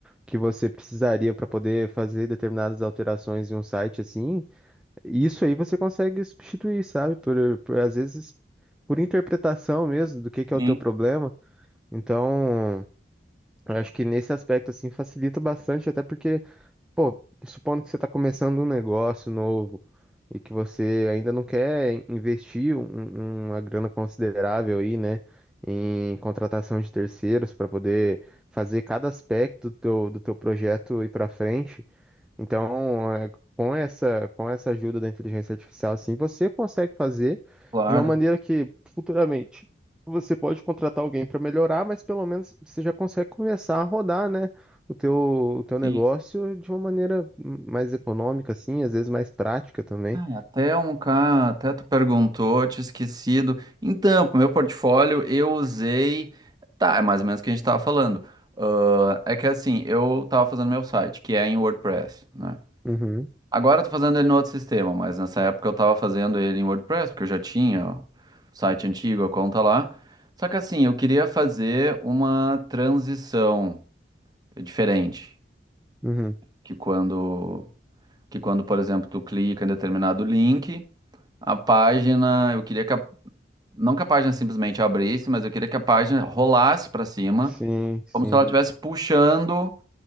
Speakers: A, in the centre; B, on the right.
A: que você precisaria para poder fazer determinadas alterações em um site assim. E Isso aí você consegue substituir, sabe? Por, por às vezes por interpretação mesmo do que que
B: Sim,
A: é o teu problema. Então, eu acho que nesse aspecto assim facilita bastante, até porque, pô, supondo que você está começando um negócio novo e que você ainda não quer in- investir um- uma grana considerável aí, né, em contratação de terceiros para poder fazer cada aspecto do teu, do teu projeto ir para frente. Então, é, com essa, com essa ajuda da inteligência artificial, assim, você consegue fazer
B: claro.
A: de uma maneira que futuramente você pode contratar alguém para melhorar, mas pelo menos você já consegue começar a rodar, né, o teu, o teu negócio
B: Sim.
A: de uma maneira mais econômica, assim, às vezes mais prática também.
B: Até um cara, até tu perguntou, tinha esquecido. Então, pro meu portfólio eu usei. Tá, é mais ou menos o que a gente tava falando. Ah, é que assim, eu tava fazendo meu site, que é em WordPress, né?
A: Uhum,
B: Agora eu tô fazendo ele no outro sistema, mas nessa época eu tava fazendo ele em WordPress, porque eu já tinha o site antigo, a conta lá. Só que assim, eu queria fazer uma transição diferente,
A: uhum.
B: que quando, que quando, por exemplo, tu clica em determinado link a página, eu queria que a, não que a página simplesmente abrisse, mas eu queria que a página rolasse para cima,
A: Sim, sim.
B: como se ela Hum. estivesse puxando